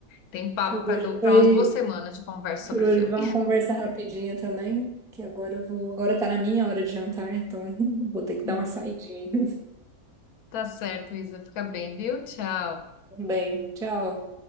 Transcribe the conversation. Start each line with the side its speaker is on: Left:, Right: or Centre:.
Left: Tem papo
Centre: Por
Left: pra
Centre: hoje
Left: do-
Centre: foi,
Left: pra umas duas semanas de conversa sobre
Centre: por hoje
Left: o filme.
Centre: foi uma conversa rapidinha também, que agora eu vou, agora tá na minha hora de jantar, então <laughs> vou ter que
Left: <laughs>
Centre: dar uma saidinha.
Left: Tá certo, Isa. Fica bem, viu? Tchau.
Centre: Então, Bem, tchau.